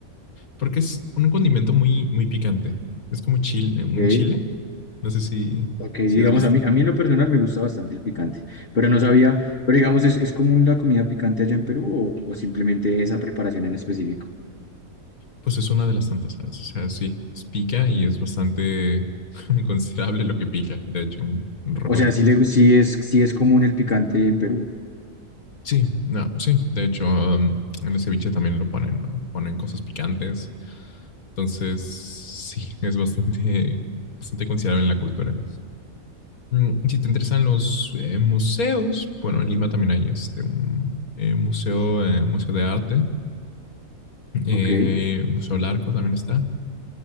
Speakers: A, on the left (about 85°); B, on the left (about 40°).
A: Porque es un condimento muy, muy picante. Es como chile, un
B: Ok.
A: chile. No sé si,
B: Ok, digamos,
A: si has visto.
B: a mí, a mí en lo personal me gusta bastante el picante, pero no sabía, pero digamos, ¿es, es común la comida picante allá en Perú o, o simplemente esa preparación en específico?
A: Pues es una de las tantas salsas. O sea, sí, es pica y es bastante <laughs> considerable lo que pica. De hecho, un, un rocoto.
B: O sea, sí, le, sí es, sí es común el picante en Perú.
A: Sí, no, sí. De hecho, um, en el ceviche también lo ponen, ¿no? Ponen cosas picantes. Entonces, sí, es bastante, bastante considerable en la cultura. Mm, Si te interesan los eh, museos, bueno, en Lima también hay este, un eh, museo, eh, museo de arte, eh,
B: Ok. Y
A: Museo Larco también está.